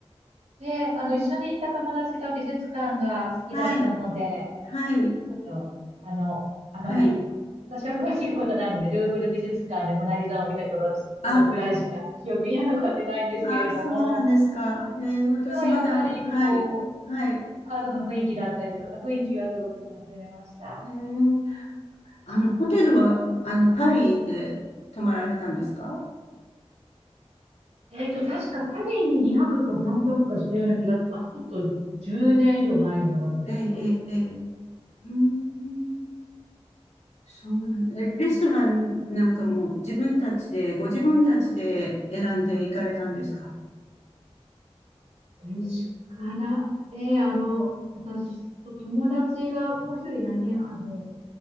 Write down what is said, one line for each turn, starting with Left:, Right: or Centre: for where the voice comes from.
Right: で、あの、一緒に行った友達が美術館が好きだったので、
Left: はい、はい、
Right: ちょっと、あの、あまり、
Left: はい。
Right: 私は詳しいことなので、ルーブル美術館でモナリザを見た頃ことくらいしか記憶には残ってないんですけれども、
Left: あ、あ、そうなんですか。えー私まだ、
Right: でもやっぱりこう、
Left: はい、はい。
Right: アートの雰囲気だったりとか、雰囲気はすごく楽しめました。
Left: えーあの、ホテルは、あの、パリで泊まられたんですか
Right: えっと、確かパリに2泊か3泊かしたような気がします。ちょっと10年以上前にはなるんですけど。
Left: ええ、ええ、ええ。うーんそうなんだ。レレストランなんかも自分たちで、ご自分たちで選んで行かれたんですか
Right: 確かな。えーあの、私と友達がもう一人がね、あの、